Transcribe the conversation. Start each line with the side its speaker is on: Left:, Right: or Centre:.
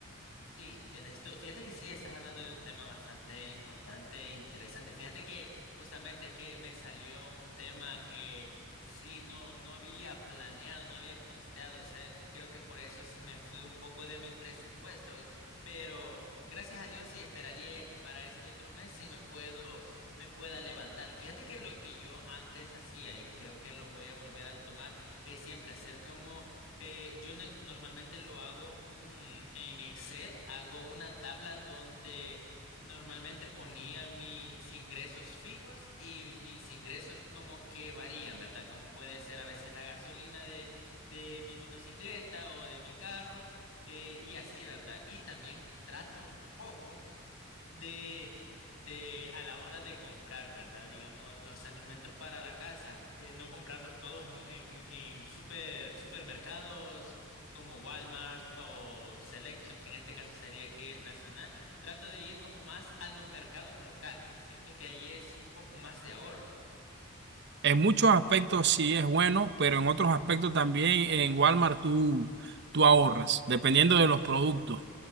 Left: Sí, tenés to- fíjate que sí, estás hablando de un tema bastante importante e interesante. Fíjate que justamente es que me salió un tema que sí, no, no había planeado, no había costeado. o sea, creo que por eso es- me fui un poco de mi presupuesto, pero gracias a Dios sí esperaría que para este otro mes sí me puedo, me pueda levantar. Fíjate que lo que yo antes hacía y creo que lo voy a volver a tomar es siempre hacer como eh, yo ne- normalmente lo hago un, en Excel, hago una tabla donde normalmente ponía mis ingresos fijos y mis ingresos como que varían, ¿verdad? Como puede ser a veces la gasolina de, de mi motocicleta o de mi carro eh, y así, ¿verdad? Y también trato un poco de, de a la hora de comprar, ¿verdad? Digamos, los alimentos para la casa, eh, no comprarlos todos en, en, en super, supermercados como Walmart o Selectos, que en este caso sería aquí el Nacional. Trato de ir como más a los mercados locales. Siento que ahí es un poco más de ahorro.
Right: En muchos aspectos sí es bueno, pero en otros aspectos también en Walmart tú, tú ahorras, dependiendo de los productos.